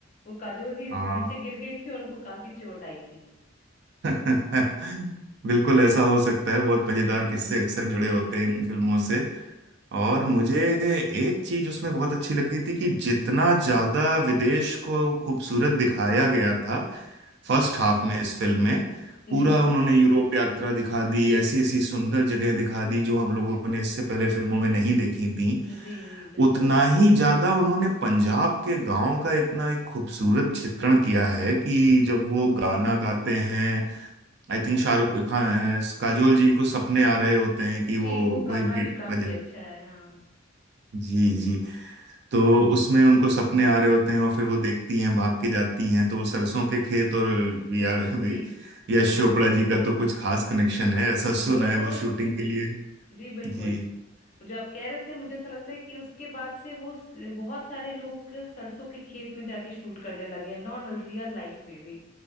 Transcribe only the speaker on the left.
वो काजोल जी
नीचे गिर गई थी और उनको काफी चोट आई थी
<laughs>
जी
जी
जी जी बिल्कुल
जी
वो गाना
भी काफी
अच्छा है हाँ
जी
वो
तो
जी बिल्कुल
जो आप कह रहे थे मुझे ऐसा लगता है कि उसके बाद से वो स- बहुत सारे लोग सरसों के खेत में जाके शूट करने लगे हैं नॉर्मल रियल लाइफ में भी